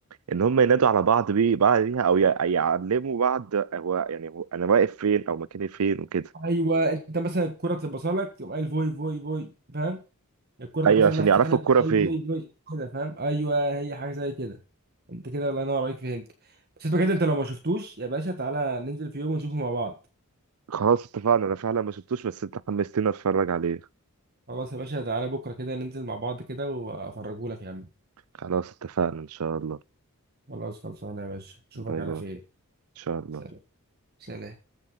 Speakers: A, on the right; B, on the right.
A: ان هم ينادوا على بعض بيه بعض ليها او ي- يعلموا بعض هو يعني هو انا واقف فين او مكاني فين وكده
B: ايوه انت مثلا الكره بتبقى لك تقوم قايل فوي فوي فوي فاهم الكره
A: ايوه
B: ده مثلا
A: عشان
B: ناحيه
A: يعرفوا
B: ثانيه تقوم
A: الكرة
B: قايل
A: فين
B: فوي فوي كده فاهم ايوه هي حاجه زي كده انت كده الله ينور عليك فهمت بس انت كده انت لو ما شفتوش يا باشا تعالى ننزل في يوم ونشوفه مع بعض
A: خلاص اتفقنا انا فعلا ما شفتوش بس انت حمستني اتفرج عليه
B: خلاص يا باشا تعالى بكره كده ننزل مع بعض كده وافرجهولك يا عم
A: خلاص اتفقنا إن شاء الله
B: خلاص خلصانه يا باشا اشوفك
A: باي
B: على
A: باي
B: خير
A: إن شاء الله
B: سلام سلام